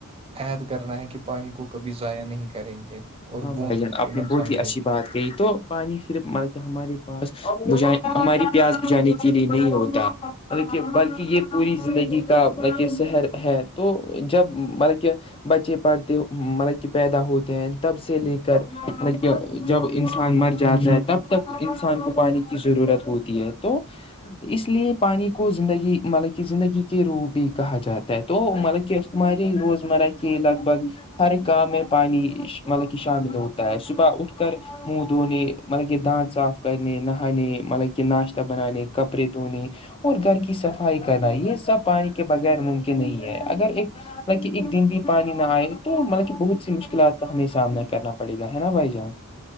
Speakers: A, on the right; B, on the left.
A: عد کرنا ہے کہ پانی کو کبھی ضائع نہیں کریں گے اور
B: ہاں
A: بوند
B: بھائی جان
A: کی قیمت
B: آپ نے بہت
A: سمجھیں
B: ہی اچھی
A: گے
B: بات کہ تو پانی صرف بلکہ ہمارے پاس بج ہمارے پیاس بجانے کے لیے نہیں ہوتا مطلب کہ بلکہ یہ پوری زندگی کاطب کہ سہر ہے تو جب مطلب کہ بچے پڑھ مطلب کہ پیدا ہوتے ہیں تب سے لے کر مطلب کہ جب انسان مر جاتا ہے تب تک انسان کو پانی کی ضرورت ہوتی ہے تو اس لیے پانی کو زندگی مطلب کہ زندگی کے روح بھی کہا جاتا ہے تو مطلب کہ ہمارے روزمرہ کی لگ بھگ ہر ایک کام میں پانی مطلب کہ شامل ہوتا ہے صبح اٹھ کر منہ دھونے مطلب کہ داند صاف کرنے نہانے مطلب کہ ناشتہ بنانے کپڑے دھونے اور گھر کی صفائی کرنا یہ سب پانی کے بغیر ممکن نہیں ہے اگر ایک کہ ایک دن بھی پانی نہ آئے تو مطلب کہ بہت سی مشکلات کا ہمیں سامنا کرنا پڑے گا ہے نا بھائی جان